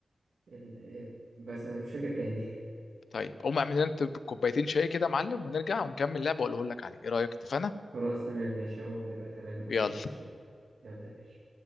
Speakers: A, on the right; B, on the left.
A: ال- إيه بس أنا مش فاكر تاني
B: طيب قوم اعمل لنا انت كوبايتين شاي كده يا معلم ونرجع ونكمل لعبه واقول لك عليه ايه رايك اتفقنا
A: <laughs> خلاص تمام ماشي هقوم دلوقتي أعمل لك كل
B: يلا
A: الشاي يلا يا باشا